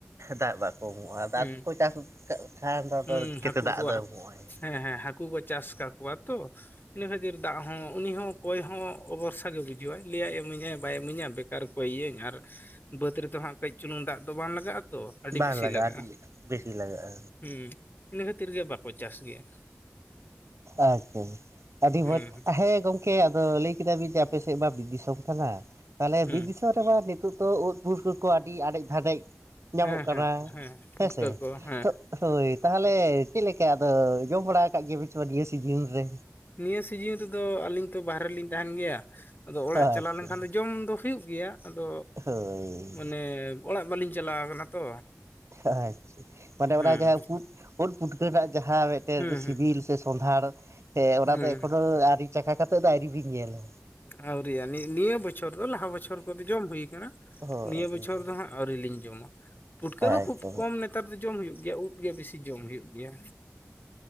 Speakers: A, on the right; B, on the left.
A: ᱫᱟᱜ ᱵᱟᱠᱚ ᱮᱢᱚᱜᱼᱟ, <unintelligible>
B: ᱦᱩᱸ
A: ᱪᱟᱥ ᱠᱟᱜ ᱠᱷᱟᱱ ᱫᱚ ᱟᱫᱟ
B: ᱦᱩᱸ
A: ᱪᱤᱠᱟᱹᱛᱮ
B: ᱦᱟᱹᱠᱩ
A: ᱫᱟᱜ
B: ᱠᱚ
A: ᱫᱚ ᱮᱢᱚᱜᱼᱟᱭ᱾
B: ᱦᱮᱸ ᱦᱮᱸ ᱦᱟᱠᱩ ᱠᱚ ᱪᱟᱥ ᱠᱟᱜ ᱠᱚᱣᱟ ᱛᱚ, ᱤᱱᱟᱹ ᱠᱷᱟᱹᱛᱤᱨ ᱫᱟᱜ ᱦᱚᱸ ᱩᱱᱤ ᱦᱚᱸ ᱠᱚᱭ ᱦᱚᱸ ᱚᱵᱚᱨᱥᱟ ᱜᱮ ᱵᱩᱡᱷᱟᱹᱣᱟᱭ ᱞᱟᱹᱭᱟᱭ ᱤᱢᱟᱹᱧᱟᱭ ᱵᱟᱭ ᱤᱢᱟᱹᱧᱟ ᱵᱮᱠᱟᱨ ᱠᱚᱭᱟᱹᱧ ᱟᱨ ᱵᱟᱹᱫᱽ ᱨᱮᱫᱚ ᱦᱟᱸᱜ ᱠᱟᱹᱡ ᱪᱩᱱᱩᱝ ᱫᱟᱜ ᱫᱚ ᱵᱟᱝ ᱞᱟᱜᱟᱜᱼᱟ ᱛᱚ, ᱟᱹᱰᱤ
A: ᱵᱟᱝ
B: ᱵᱮᱥᱤ ᱞᱟᱜᱟᱜᱼᱟ᱾
A: ᱟᱹᱰᱤ ᱵᱮᱥᱤ ᱞᱟᱜᱟᱜᱼᱟ᱾
B: ᱦᱩᱸ, ᱤᱱᱟᱹ ᱠᱷᱟᱹᱛᱤᱨ ᱜᱮ ᱵᱟᱠᱚ ᱪᱟᱥ ᱜᱮᱭᱟ᱾
A: ᱟᱪᱪᱷᱟ, ᱟᱹᱰᱤ
B: ᱦᱩᱸ
A: ᱢᱚᱸᱡᱽ, ᱟ ᱦᱮᱸ ᱜᱚᱝ ᱠᱮ ᱟᱫᱚ ᱞᱟᱹᱭ ᱠᱮᱫᱟ ᱵᱤᱱ ᱡᱮ ᱟᱯᱮ ᱥᱮᱜ ᱢᱟ ᱵᱤᱨ ᱫᱤᱥᱚᱢ ᱠᱟᱱᱟ, ᱛᱟᱦᱚᱞᱮ
B: ᱦᱩᱸ
A: ᱵᱤᱨ ᱫᱤᱥᱚᱢ ᱨᱮᱢᱟ ᱱᱤᱛᱚᱜ ᱛᱚ ᱩᱫ, ᱯᱩᱨᱠᱟᱹ ᱠᱚ ᱟᱹᱰᱤ ᱟᱱᱮᱡ ᱫᱷᱟᱱᱮᱡ, ᱧᱟᱢᱚᱜ
B: ᱦᱮᱸ
A: ᱠᱟᱱᱟ
B: ᱦᱮᱸ ᱯᱩᱴᱠᱟᱹ
A: ᱦᱮᱸ ᱥᱮ᱾
B: ᱠᱚ ᱦᱮᱸ
A: ᱛᱚ ᱦᱳᱭ ᱛᱟᱦᱚᱞᱮ ᱪᱮᱫ ᱞᱮᱠᱟ ᱟᱫᱚ ᱡᱚᱢ ᱵᱟᱲᱟ ᱟᱠᱟᱜ ᱜᱮᱭᱟ ᱵᱤᱱ ᱪᱮ ᱵᱟᱝ ᱱᱤᱭᱟᱹ ᱥᱤᱡᱤᱱ ᱨᱮ?
B: ᱱᱤᱭᱟᱹ ᱥᱤᱡᱤᱱ ᱨᱮᱫᱚ ᱟᱹᱞᱤᱧ ᱛᱚ ᱵᱟᱨᱦᱨᱮ ᱨᱮᱞᱤᱧ ᱛᱟᱦᱮᱸᱱ ᱜᱮᱭᱟ, ᱟᱫᱚ ᱚᱲᱟᱜ
A: ᱟᱪᱪᱷᱟ
B: ᱪᱟᱞᱟᱣ ᱞᱮᱱᱠᱷᱟᱱ ᱫᱚ ᱡᱚᱢ ᱫᱚ ᱦᱩᱭᱩᱜ ᱜᱮᱭᱟ ᱟᱫᱚ,
A: ᱦᱳᱭ
B: ᱢᱟᱱᱮ ᱚᱲᱟᱜ ᱵᱟᱹᱞᱤᱧ ᱪᱟᱞᱟᱣ ᱠᱟᱱᱟ ᱛᱚ᱾
A: ᱟᱪᱪᱷᱟ᱾ ᱢᱟᱱᱮ ᱚᱱᱟ
B: ᱦᱩᱸ
A: ᱡᱟᱦᱟᱸ ᱩᱯᱩᱫ, ᱩᱫ ᱯᱩᱴᱠᱟᱹ ᱨᱮᱱᱟᱜ ᱡᱟᱦᱟᱸ ᱢᱤᱫᱴᱮᱱ
B: ᱦᱩᱸ
A: ᱥᱤᱵᱤᱞ
B: ᱦᱩᱸ
A: ᱥᱮ ᱥᱚᱸᱫᱷᱟᱲ ᱥᱮ ᱚᱱᱟ
B: ᱦᱩᱸ
A: ᱫᱚ ᱮᱠᱷᱚᱱᱳ ᱟᱹᱣᱨᱤ ᱪᱟᱠᱟ ᱠᱟᱛᱮᱜ ᱫᱚ ᱟᱹᱣᱨᱤ ᱵᱤᱱ ᱧᱮᱞᱟ᱾
B: ᱟᱹᱣᱨᱤᱜ-ᱟ ᱱᱤ ᱱᱤᱭᱟᱹ ᱵᱚᱪᱷᱚᱨ ᱫᱚ ᱞᱟᱦᱟ ᱵᱚᱪᱷᱚᱨ ᱠᱚᱫᱚ ᱡᱚᱢ ᱦᱩᱭ ᱠᱟᱱᱟ,
A: ᱦᱳᱭ
B: ᱱᱤᱭᱟᱹ ᱵᱚᱪᱷᱚᱨ ᱫᱚ ᱦᱟᱸᱜ ᱟᱹᱣᱨᱤᱞᱤᱧ ᱡᱚᱢᱟ, ᱯᱩᱴᱠᱟᱹ
A: ᱟᱪᱪᱷᱟ
B: ᱫᱚ ᱠᱷᱩᱵ ᱠᱚᱢ ᱱᱮᱛᱟᱨ ᱫᱚ ᱡᱚᱢ ᱦᱩᱭᱩᱜ ᱜᱮᱭᱟ ᱩᱫ ᱜᱮ ᱵᱮᱥᱤ ᱡᱚᱢ ᱦᱩᱭᱩᱜ ᱜᱮᱭᱟ᱾